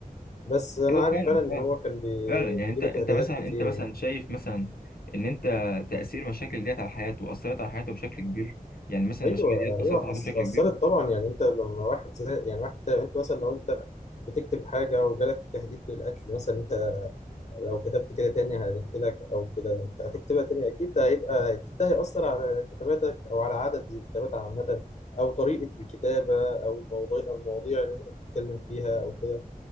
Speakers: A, on the left (about 50°); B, on the left (about 85°).
A: بس أنا
B: ايوه
A: عارف
B: فعلا
A: فعلا إن
B: فعلا
A: هو كان بي-
B: فعلا يعني
A: بيجيله
B: انت انت
A: تهديدات
B: مثلا
A: كتير
B: انت مثلا
A: يعني
B: شايف مثلا ان انت تاثير المشاكل ديت على حياته اثرت على حياته بشكل كبير يعني مثلا
A: أيوه
B: المشاكل ديت اثرت
A: أيوه
B: على
A: حص-
B: حياته بشكل
A: أثرت
B: كبير
A: طبعا يعني أنت لما واحد زي يعني واحد أنت مثلا لو أنت بتكتب حاجة وجالك تهديد بالقتل مثلا أنت لو كتبت كده تاني هحكي لك او كده انت هتكتبها تاني اكيد هيبقى اكيد ده هيأثر على كتاباتك او على عدد الكتابات عامة او طريقة الكتابة او موضوع المواضيع اللي انت بتتكلم فيها او كده